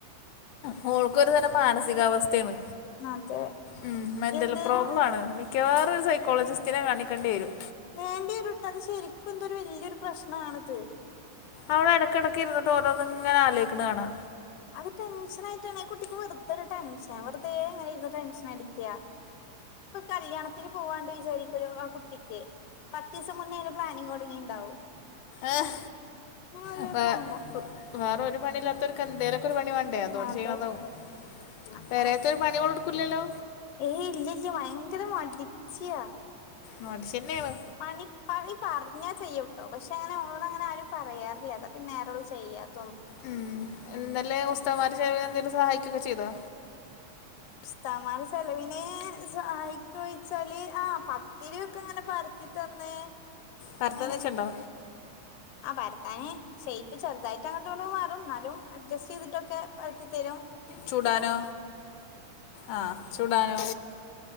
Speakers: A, on the left; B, on the left.
A: മോൾക്കൊരു തരം മാനസികാവസ്ഥയാണ്
B: അതെ
A: ഉം മെന്റൽ
B: എന്തിന്
A: പ്രോബ്ലം ആണ് മിക്കവാറും ഒരു സൈക്കോളജിസ്റ്റിനെ കാണിക്കേണ്ടി വെരും.
B: വേണ്ടി വരുട്ടാ അത് ശരിക്കും എന്തൊരു വൽയൊരു പ്രശ്നാണത്.
A: അവള് എടക്കെടക്ക് ഇരിന്നിട്ട് ഓരോന്ന് ഇങ്ങനെ ആലോയിക്കണ കാണാ
B: അത് ടെൻഷൻ ആയിട്ടാണെ ആ കുട്ടിക്ക് വെറുതെരു ടെൻഷൻ വെറുതേ ഇങ്ങനെ ഇരുന്ന് ടെൻഷൻ അടിക്കാ. ഇപ്പൊ കല്യാണത്തിന് പോവാണ്ട് വിചാരിക്കുലോ ആ കുട്ടിക്ക് പത്തീസം മുന്നേ അതിന് പ്ലാനിങ് തൊടങ്ങീണ്ടാവും.
A: ഏഹ്
B: ഓരോരോ
A: അപ്പ
B: പ്രാന്താ
A: വേറ ഒരു പണില്ലാത്തോരു ക്ക എന്തേലൊക്കെ ഒരു പണി വേണ്ടേ അതുകൊണ്ട്
B: അതെ
A: ചെയ്യണതാവും
B: അതാ
A: പെരേലത്തെ ഒരു പണി അവൾ എടുക്കൂല്ലല്ലോ
B: ഏയ് ഇല്ലില്ല ഭയങ്കര മടിച്ചിയാ
A: മടിച്ചിയന്നെയാണ്
B: പണി പണി പറഞ്ഞാ ചെയ്യൂട്ടോ പക്ഷേ അങ്ങനെ ഓളോട് അങ്ങനെ ആരും പറയാറില്ല അത് പിന്നേരോളു ചെയ്യാത്തും
A: ഉം ഇന്നലെ ഉസ്താദ്മാര് ചൊവ്വേ എന്തേലും സഹായിക്കൊക്കെ ചെയ്തോ
B: ഉസ്താദ്മാര് ചെലവിന് സഹായിക്കോന്ന് ചോയിച്ചാല് ആ പത്തിരി ഒക്കെ ഇങ്ങനെ പര ത്തി തന്ന്
A: പരത്തുന്ന്
B: അങ്ങനെ
A: വെച്ചൊണ്ടോ
B: ആ പരത്താന് ഷേപ്പ് ചെറുതായിട്ട് അങ്ങട്ട് ഇങ്ങോട്ടും മാറും എന്നാലും അഡ്ജസ്റ്റ് ചെയ്തിട്ടൊക്കെ പരത്തിത്തെരും
A: ചുടാനോ ആ ചുടാനോ